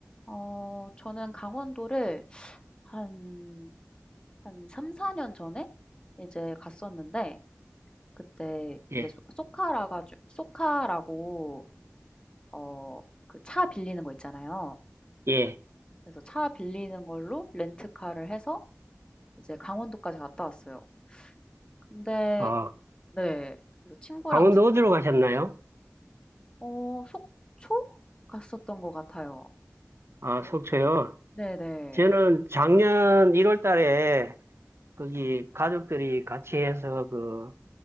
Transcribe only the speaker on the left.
어 저는 강원도를 한 한 3-4년 전에 이제 갔었는데 그때
이제 소 소카라가 주 소카라고 어 그 차 빌리는 거 있잖아요.
그래서 차 빌리는 걸로 렌트카를 해서 이제 강원도까지 갔다 왔어요. 근데
네. 그래서 친구랑
두
어 속초? 갔었던 것 같아요.
네네.